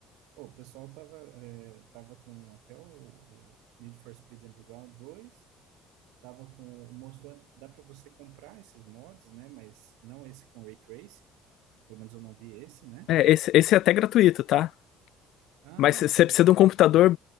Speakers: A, on the right; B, on the left.
A: pô, o pessoal tava, é, tava com até o, o Need for Speed Underground 2. Tava com o mostrou, dá para você comprar esses mods, né? Mas não esse com Ray Trace. Pelo menos eu não vi esse, né?
B: É, esse, esse é até gratuito, tá?
A: Ah,
B: Mas você
A: que legal.
B: precisa de um computador